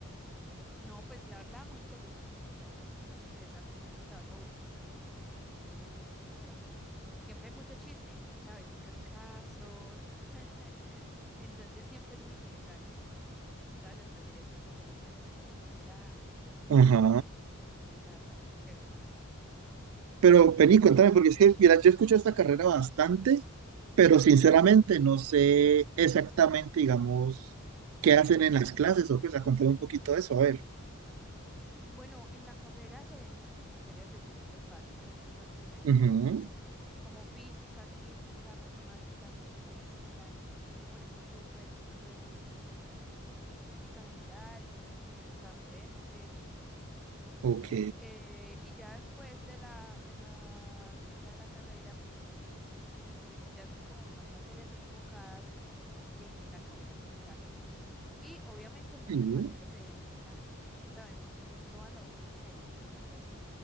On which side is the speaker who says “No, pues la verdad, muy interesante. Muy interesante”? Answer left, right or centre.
Centre